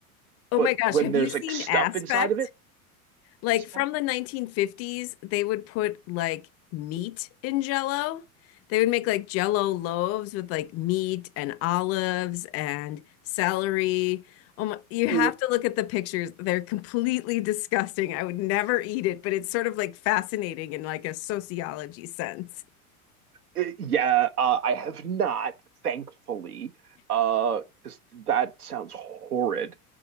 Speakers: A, on the left (about 35°); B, on the right (about 85°).
A: Oh
B: but
A: my gosh,
B: when
A: have
B: there's
A: you seen
B: like stuff
A: Aspect?
B: inside of it,
A: Like from
B: like,
A: the 1950s, they would put like meat in jello. They would make like jello loaves with like meat and olives and celery. Oh my, you
B: "Well,
A: have to look at the pictures. They're completely disgusting. I would never eat it, but it's sort of like fascinating in like a sociology sense.
B: eh, yeah, uh, I have not, thankfully, uh, because that sounds horrid.